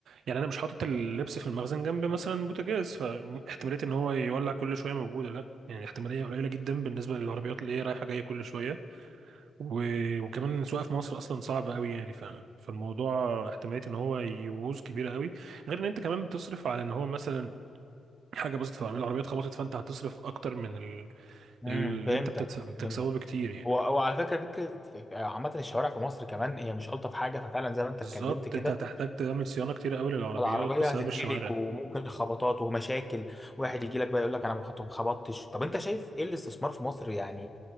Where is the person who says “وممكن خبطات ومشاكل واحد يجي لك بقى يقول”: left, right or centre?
Centre